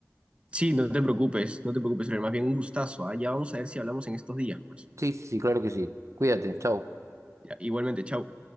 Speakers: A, on the right; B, on the right.
A: Sí, no te preocupes, no te preocupes, pero más bien un gustazo, ¿ah? Ya vamos a ver si hablamos en estos días, pues.
B: Sí, sí, sí, claro que sí. Cuídate, chao.
A: Ya, igualmente, chau.